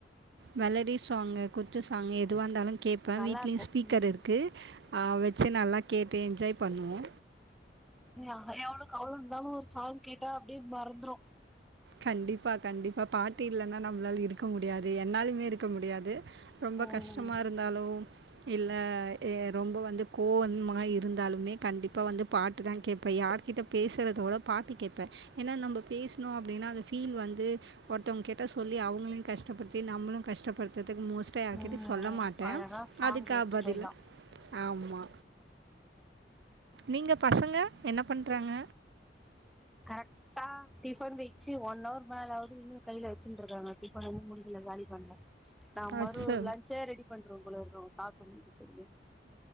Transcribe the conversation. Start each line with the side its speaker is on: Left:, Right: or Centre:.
Right: மெலடி சாங்கு குத்து சாங்கு எதுவா இருந்தாலு கேப்ப
Centre: நல்லா
Right: வீட்லேயு
Centre: இருக்கு
Right: ஸ்பீக்கர்
Centre: ம்
Right: இருக்கு அ வெச்சு நல்லா கேட்டு என்ஜாய் பண்ணுவோ
Centre: யா எவ்ளோ கவல இருந்தாலு ஒரு சாங் கேட்டா அப்டியே மறந்துரோ
Right: கண்டிப்பா கண்டிப்பா பாட்டு இல்லன்னா நம்மளால இருக்க முடியாது என்னாலுமே இருக்க முடியாது ரொம்பக்
Centre: ம்
Right: கஷ்டமா இருந்தாலோ இல்ல ஏ ரொம்போ வந்து கோவமா இருந்தாலுமே கண்டிப்பா வந்து பாட்டு தா கேப்பே யார்கிட்ட பேசுறதோட பாட்டு கேப்பே ஏன்னா நம்ப பேசணோ அப் டீன்னா அந்த ஃபீல் வந்து ஒருத்தவங்க கிட்ட சொல்லி அவுங்களையு கஷ்டப்படுத்தி நம்மளோ கஷ்டப்படுத்துறதுக்கு மோஸ்ட் லீ யாருகிட்டயு
Centre: ம்
Right: சொல்ல மாட்டே
Centre: அழகா சாங்
Right: அதுக்கா
Centre: கேட்டு
Right: பதிலு
Centre: போயிட்லா
Right: ஆமா நீங்க பசங்க என்ன பண்றாங்க
Centre: கரக்ட்டா டிஃபன் வெச்சு ஒன் ஹவர் மேலாவது இன்னோ கைல வெச்சுன்ட்ருக்காங்க டிஃபன இன்னோ முடிக்குல காலி பண்ல நா
Right: அச்சோ!
Centre: மறு லஞ்சே ரெடி பண்ட்றுவே போல இருக்கு இவங்க சாப்